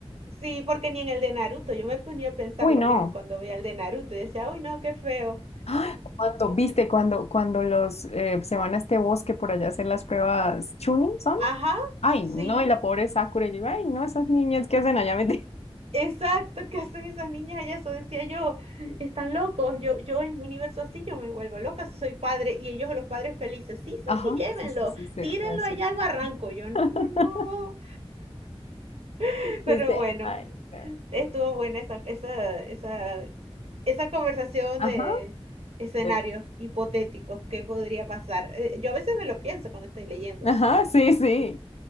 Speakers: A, on the right; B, on the left.
A: sí, porque ni en el de Naruto, yo me ponía a pensar
B: Uy,
A: lo
B: no.
A: mismo cuando veía el de Naruto y decía, uy, no, qué feo.
B: Ay, cuando, viste, cuando, cuando los eh, se van a este bosque por allá a hacer las pruebas Chunin, ¿son?
A: Ajá,
B: Ay,
A: sí.
B: no, y la pobre Sakura, y yo, ay, no, esas niñas que hacen allá metidas.
A: Exacto, ¿qué hacen esas niñas allá? Eso decía yo, están locos, yo, yo en un universo así yo me vuelvo loca si soy padre y ellos los padres felices,
B: <laughs>
A: sí, sí,
B: Ajá,
A: sí, llévenlo,
B: sí, sí, sí, sí,
A: tírenlo
B: eso.
A: allá al barranco, yo no,
B: <laughs>
A: no, no, <laughs>
B: Viste,
A: pero bueno,
B: ay, no.
A: estuvo buena esa, esa, esa, esa conversación
B: Ajá,
A: de escenarios
B: de-
A: hipotéticos, ¿qué podría pasar? Eh, yo a veces me lo pienso cuando estoy leyendo,
B: ajá, sí, sí,
A: yo,